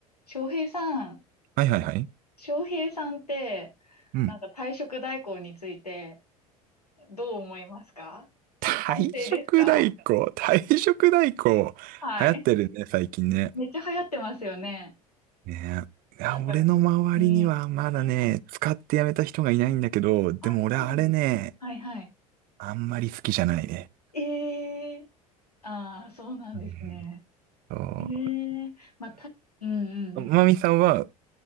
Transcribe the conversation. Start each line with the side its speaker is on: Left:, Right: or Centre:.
Left: 翔平さん、
Right: はいはいはい。
Left: 翔平さんって、
Right: うん。
Left: なんか退職代行についてどう思いますか
Right: 退職代行、
Left: 賛成ですか
Right: <laughs> 退職代行、
Left: はい。
Right: 流行ってるね、最近ね。
Left: めっちゃ流行ってますよね。
Right: ねえ。いや、
Left: なんか、
Right: 俺の周りにはまだね、
Left: うん。はいはい。
Right: 使ってやめた人がいないんだけど、でも俺あれね、
Left: あ、そうなんですか。はいはい。
Right: あんまり好きじゃないね。
Left: ええーああー、そうなんですね。
Right: うんそう
Left: ええーまあ、た、うんうんうん。
Right: まみさんは